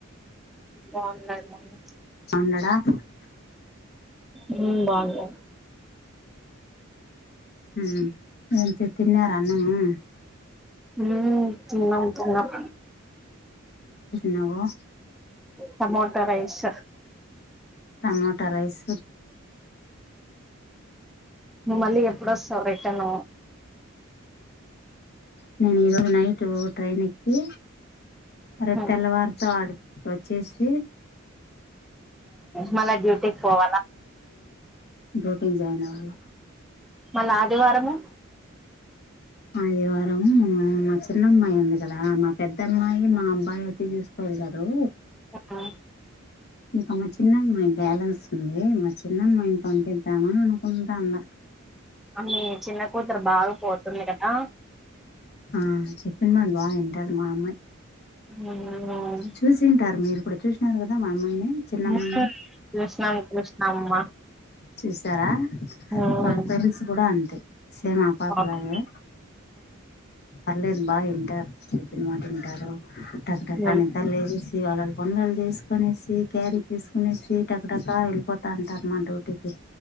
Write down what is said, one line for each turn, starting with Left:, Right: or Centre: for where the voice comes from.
Centre: బావున్నారు మమ్మి
Left: ఎందంట <unintelligible>
Centre: హ్మ్ బాగుంది
Left: హ్మ్ ఎంతి తిన్నార అన్నము
Centre: హ్మ్ తిన్నం తిన్నం
Left: నువ్వు
Centre: టమోటా రైస్
Left: టమోటా రైస్
Centre: మళ్ళీ ఎప్పుడ వస్తా రిటర్న్
Left: నేను ఇరోజ నైట్ పో ట్రైన్కి రేపు
Centre: మ్మ్
Left: తెల్లవారితో ఆడు వచ్చేసి
Centre: మళ డ్యూటీకి పోవాల
Left: రోటింగ్ జయిన్వళ
Centre: మళ్ళా ఆదివారము
Left: ఆదివారం మా చిన్న అమ్మాయి ఉంది కదా మా పెద్ద అమ్మాయి మా అబ్బాయి వచ్చి చూసుకో ఎలరు
Centre: ఆ
Left: ఇంకా మా చిన్నమ్మాయి బ్యాలెన్స్ ఉంది మా చిన్నమ్మాయిని పంపిద్దామాన అనుకుంటాన్న
Centre: మీ చిన్న కూతురు బాగా పోతుంది కదా
Left: ఆ చెప్పిన మాట బాగ ఇంటది మా అమ్మాయి
Centre: మ్మ్
Left: చూసింటారు మీరు కూడా చూసినారు కదా మా అమ్మాయిని చిన్నమ్మాయిని
Centre: మ్మ్ కృష్ణం కృష్ణమ్మ
Left: చూసారా
Centre: మ్మ్
Left: వాళ్ళ పేరెంట్స్ గూడా అంతే సేమ్ ఆ పాపలాగే
Centre: మ్మ్
Left: పర్లేదు బాగా వింటారు చెప్పిన మాట వింటారు టక్క
Centre: మ్మ్
Left: టక నిద్రలేసి వాళ్ళల్ల పనులు వాళ్ళు జేసుకునేసి క్యారీ తీసుకొనేసి టక్కటక్క వెళ్ళిపోతా అంటారు మా డ్యూటీకి